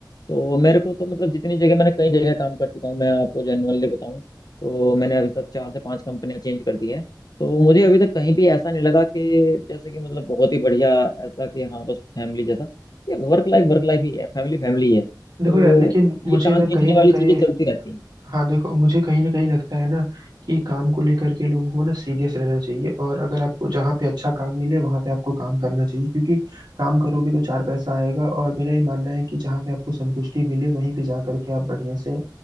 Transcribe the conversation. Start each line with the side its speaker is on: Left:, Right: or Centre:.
Left: तो मेरे को तो मतलब जितनी जगह मैंने कई जगह काम कर चुका हूँ मैं आपको जेनुअनली बताऊँ तो मैंने अभी तक चार से पांच कंपनियां चेंज कर दी हैं तो मुझे अभी तक कहीं भी ऐसा नहीं लगा कि जैसे कि मतलब बहुत ही बढ़िया ऐसा कि हाँ बस फैमिली जैसा ये वर्क लाइफ वर्क लाइफ ही है फैमिली फैमिली है तो
Right: देखो यार लेकिन मुझे
Left: ये टांग
Right: ना
Left: खींचने
Right: कहीं ना
Left: वाली
Right: कहीं
Left: चीजें चलती रहती हैं
Right: हाँ देखो मुझे कहीं ना कहीं लगता है ना कि काम को लेकर के लोगों को ना सीरियस रहना चाहिए और अगर आपको जहाँ पे अच्छा काम मिले वहाँ पे आपको काम करना चाहिए क्योंकि काम करोगे तो चार पैसा आएगा और मेरा ये मानना है कि जहाँ पे आपको संतुष्टि मिले वहीं पे जा करके आप बढ़िया से